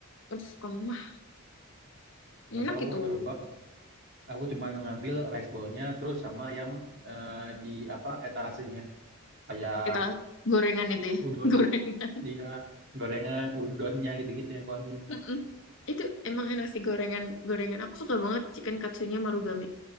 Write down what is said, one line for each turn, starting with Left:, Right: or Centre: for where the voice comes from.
Left: Aduh, kamu mah
Right: Nggak
Left: enak
Right: tahu,
Left: itu.
Right: coba aku cuma ngambil rice bowl-nya terus sama yang eh, di apa etalasenya. Kayak
Left: Itu gorengan itu ya,
Right: udon,
Left: <laughs> gorengan.
Right: iya, gorengan, udonnya gitu-gitu yang aku ambil.
Left: Mm-mm. Itu emang enak sih gorengan. Gorengan aku suka banget chicken katsunya marugame.